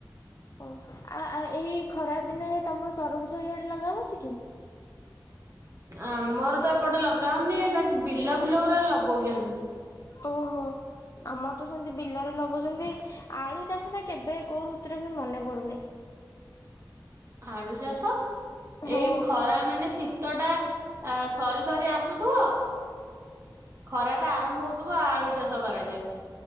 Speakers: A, on the left; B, on the right.
A: ଓ ଆ-ଆ ଏଇ ଖରା ଦିନେ ତମର ତରୁଭୁଜ ହିଆଡେ ଲଗା ହୋଉଛି କି?
B: ଆମର ଏପଟ ଲଗା ହଉନି ବାକି ବିଲ ଫୁଲ ଗୁରା ଲଗଉଛନ୍ତି।
A: ଓହୋ ଆମର ତ ସେମିତି ବିଲରେ ଲଗଉଛନ୍ତି ଆଳୁ ଚାଷଟା କେବେ କୋଉ ଋତୁରେ ହୁଏ ମନେ ପଡୁନି।
B: ଆଳୁ ଚାଷ?
A: ହଁ।
B: ଏଇ ଖରା ମାନେ ଶୀତ ଶୀତ ଟା ସରି ସରି ଆସୁ ତ ଖରା ଟା ଆରମ୍ଭ ହଉଥିବ ଆଳୁ ଚାଷ କରାଯାଏ।